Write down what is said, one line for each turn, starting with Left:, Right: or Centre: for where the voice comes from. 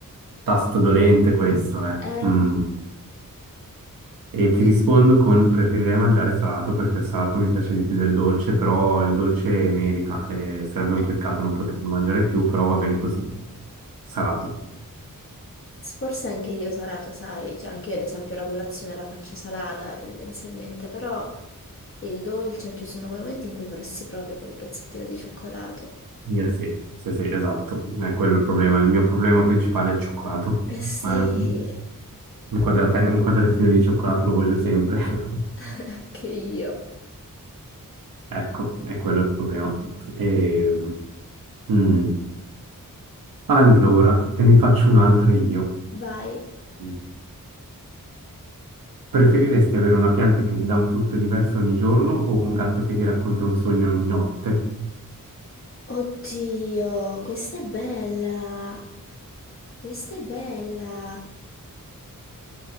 Right: tasto dolente questo, eh.
Left: Eh,
Right: Mm. E ti rispondo con preferirei mangiare salato perché il salato mi piace di più del dolce, però il dolce merita, eh, sarebbe
Left: eh,
Right: un peccato non poterlo mangiare più, però va bene così, salato.
Left: forse anche io salato, sai, cioè anche io ad esempio la colazione la faccio salata tendenzialmente, però il dolce ci sono quei momenti in cui vorresti proprio quel pezzettino di cioccolato.
Right: Eh, sì, sì, sì, esatto, è quello il problema. Il mio problema principale è il cioccolato.
Left: Eh sì,
Right: Ma Un un quadrate- un quadratino di cioccolato lo voglio sempre. <laughs>
Left: <laughs> anche io.
Right: Ecco, è quello il problema. E, mm, allora, te ne faccio un'altra io.
Left: Vai.
Right: Mm. Preferiresti avere una pianta che ti dà un frutto diverso ogni giorno o un gatto che ti racconta un sogno ogni notte?
Left: Oddio, questa è bella. Questa è bella.